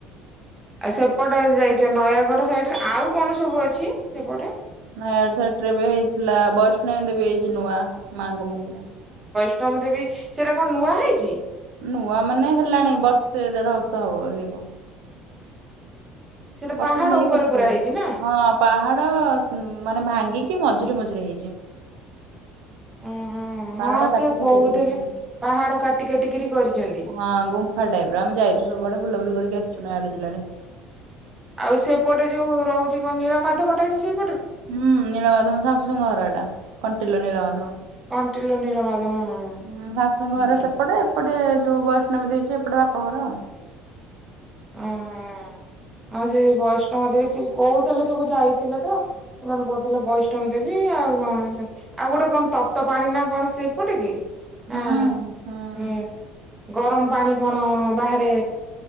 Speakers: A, on the right (about 15°); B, on the right (about 75°).
A: ଆଉ ସେପଟେ ଯାଇଛ ନୟାଗଡ ସାଇଡରେ ଆଉ କଣ ସବୁ ଅଛି ସେପଟେ
B: ନୟଗଡ ସେଟ ରେ ବି ହେଇଥିଲା ବୈଷ୍ଣଇଦବି ହେଇଛି ନୂଆ ମାଙ୍କ ମନ୍ଦିର।
A: ଷ୍ଟମ ଦେବି ସେଇଟା କଣ ନୂଆ ହେଇଛି।
B: ନୂଆ ମାନେ ହେଲାଣି ବର୍ଷେ ଦେଢ ବର୍ଷ ହବଧ କଣ?
A: ସେଇଟା
B: ବର୍ଷେ
A: ପାହାଡ
B: ଦି
A: ଉପରେ
B: ବର୍ଷ
A: ପୁରା
B: ହେଇଯିବ
A: ହେଇଛି ନା
B: ହଁ ପାହାଡ ମାନେ ଭାଙ୍ଗିକି ମଝିରେ ମଝିରେ ହେଇଚି। <inaudible>
A: ଓହୋ
B: ପାହାଡା
A: ହଁ ସିଏ
B: କାଟିକି
A: କହୁଥିଲେ।
B: ତିଆରି କରିଛନ୍ତି।
A: ପାହାଡ କାଟି
B: <inaudible>
A: କାଟିକିରି କରିଛନ୍ତି।
B: ହଁ ଗୁମ୍ଫା ଟାଇପ ର ଆମେ ଯାଇଛୁ ସବୁଆଡେ ବୁଲବୁଲି କରି ଆସିଛୁ ନା ଆଡୁ ଜିଲ୍ଲାରେ।
A: ଆଉ ସେପଟେ ଯୋଉ ରହୁଛି କ ନୀଳମାଧବଟା ବି ସେ
B: ହୁଁ ନଳିମାଧବ ଶାଶୁଙ୍କ ଘର ଏଇଟା। କଣ୍ଟିିଲୋ ନୀଳମାଧବ।
A: କଣ୍ଟିଲ ନୀଳ ମାଧବ ହଁ
B: ହୁଁ ଶାଶୁଙ୍କ ଘର
A: ହୁଁ।
B: ସେପଟେ ଏପଟେ ଯୋଉ ବୈଷ୍ଣବୀ ଦେଇଛି ଏପଟେ ବାପଘର ଆଉ।
A: ଉଁହୁଁ ହଁ ସେ ବୈଷ୍ଣବ ଦେବ ସେ କହୁଥିଲେ ସବୁ ଯାଇଥିଲେ ତ। ସେମାନେ କହୁଥିଲେ ବୈଷ୍ଠମୀ ଦେବି ଏଇ ଆଉ କଣ ଆଉ ଗୋଟେ କଣ ତପ୍ତ ପାଣି ନା କଣ ସେପଟେ କି? ନାଇ
B: ହୁଁ ହୁଁ।
A: ହୁଁ। ଗରମ ପାଣି କଣ ବାହାରେ